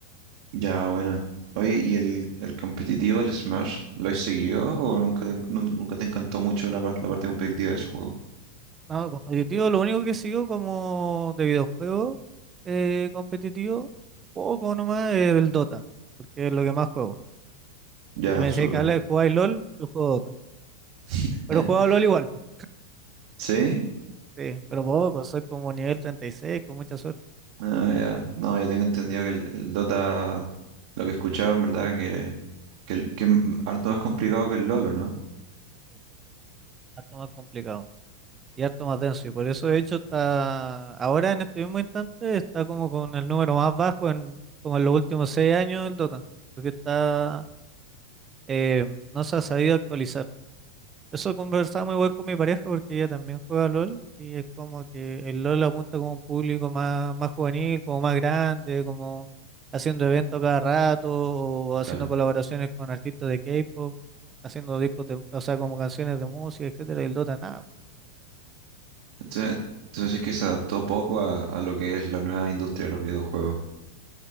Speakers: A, on the right; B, on the right.
A: Ya, bueno. Oye, ¿y el, el competitivo del Smash lo has seguido o nunca te, nun- nunca te encantó mucho la, par- la parte competitiva de ese juego?
B: No, competitivo, lo único que sigo como de videojuego eh, competitivo, poco nomás es el Dota, porque es lo que más juego.
A: Ya,
B: Y me decía
A: súper.
B: que habla de jugar LOL, yo juego Dota.
A: <laughs>
B: Pero juego LOL igual, pues.
A: ¿Sí?
B: Sí, pero poco, soy como nivel 36, con mucha suerte.
A: Ah, ya. No, yo tengo entendido que el, el Dota, lo que escuchaba en verdad, que, que, el- que es harto más complicado que el LoL, ¿o ¿no?
B: Sí, Harto más complicado y harto más denso. Y por eso, de hecho, está ahora en este mismo instante, está como con el número más bajo en como en los últimos 6 años del Dota, porque está eh, no se ha sabido actualizar. Eso conversaba muy igual con mi pareja porque ella también juega LOL y es como que el LOL apunta como un público más, más juvenil, como más grande, como haciendo eventos cada rato o haciendo
A: Claro.
B: colaboraciones con artistas de K-pop, haciendo discos de, o sea, como canciones de música, etcétera, y el Dota nada.
A: Entonces, entonces es que se adaptó poco a, a lo que es la nueva industria de los videojuegos.